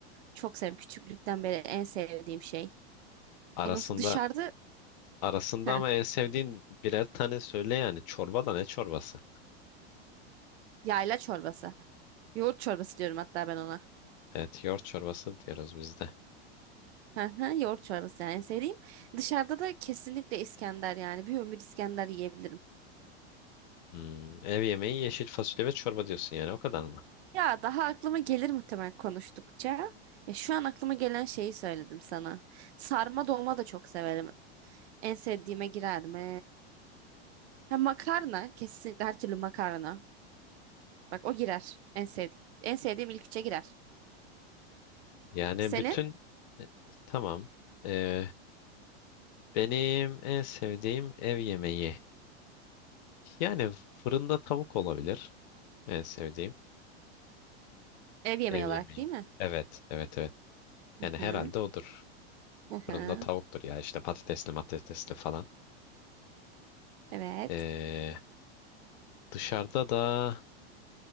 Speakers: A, on the right; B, on the left.
A: Çok severim. Küçüklükten beri en sevdiğim şey.
B: Arasında
A: Ondan sonra dışarıda
B: arasında
A: heh,
B: ama en sevdiğin birer tane söyle yani. Çorba da ne çorbası?
A: yayla çorbası. Yoğurt çorbası diyorum hatta ben ona.
B: Evet, yoğurt çorbası diyoruz biz de.
A: Hı hı, yoğurt çorbası yani en sevdiğim. Dışarıda da kesinlikle İskender yani. Bir ömür İskender yiyebilirim.
B: Hmm, ev yemeği yeşil fasulye ve çorba diyorsun yani o kadar mı?
A: Ya daha aklıma gelir muhtemelen konuştukça. Ya şu an aklıma gelen şeyi söyledim sana. Sarma dolma da çok severim. En sevdiğime girer mi? Ha, makarna. Kesinlikle her türlü makarna. Bak o girer. En sevdiğim. En sevdiğim ilk üçe girer.
B: Yani
A: Senin
B: bütün e, tamam. Ee, benim en sevdiğim ev yemeği. Yani fırında tavuk olabilir. En sevdiğim
A: ev yemeği
B: ev yemeği.
A: olarak değil mi?
B: Evet, evet, evet.
A: Hı
B: Yani
A: hı.
B: herhalde odur.
A: Hı hı.
B: Fırında tavuktur ya işte patatesli matatesli falan.
A: Evet.
B: Ee, dışarıda da